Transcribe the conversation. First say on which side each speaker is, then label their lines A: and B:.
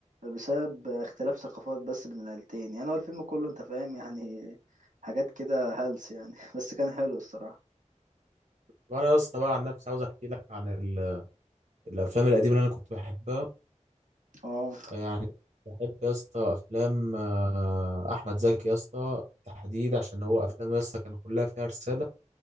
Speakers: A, on the right (about 85°); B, on the right (about 65°).
A: بسبب اختلاف ثقافات بس بين العيلتين يعني هو الفيلم كله انت فاهم يعني حاجات كده هلس يعني <laughs> بس كان حلو الصراحه
B: وانا يا اسطى بقى عن نفسي عاوز احكي لك عن ال- الافلام القديمه اللي انا كنت بحبها
A: اه
B: يعني بحب يا اسطى افلام آه، احمد زكي يا اسطى بالتحديد عشان هو افلام يا اسطى كان كلها فيها رساله